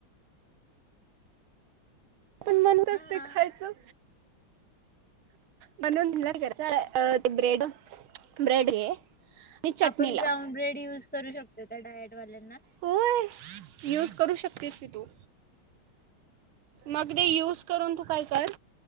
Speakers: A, on the right; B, in the centre.
A: आपण म्हणत अस
B: हा
A: ते
B: हा
A: खायचं म्हणून क ते ब्रेड ब्रेड घे आणि चटणी
B: आपण
A: लाव
B: ब्राउन ब्रेड युज करू शकतोय का डायट वाल्यांना
A: होय यूज करू शकतेस कि तू मग ते यूज करून तू काय कर,